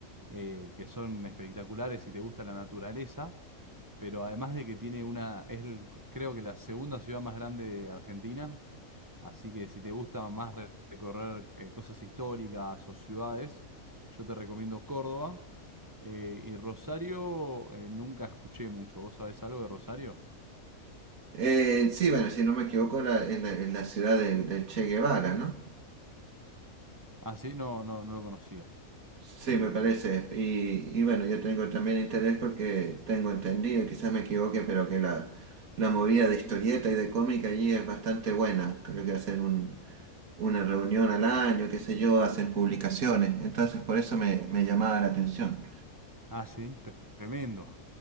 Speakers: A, on the right (about 20°); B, on the right (about 80°).
A: eh, que son espectaculares si te gusta la naturaleza, pero además de que tiene una, es el- creo que la segunda ciudad más grande de Argentina, así que si te gusta más re- recorrer eh, cosas históricas o ciudades, yo te recomiendo Córdoba. Eh, y Rosario, eh, nunca escuché mucho. ¿Vos sabés algo de Rosario?
B: Eh, sí, bueno, si no me equivoco, la, en, la, en la ciudad del, del Che Guevara, ¿no?
A: Ah, sí, no, no, no lo conocía.
B: Sí,
A: Eh,
B: me parece. Y, y bueno, yo tengo también interés porque tengo entendido, quizás me equivoque, pero que la, la movida de historieta y de cómic allí es bastante buena. Creo que hacen un- una reunión al año, qué sé yo, hacen publicaciones. Entonces por eso me, me llamaba la atención.
A: Ah, sí, tre- tremendo.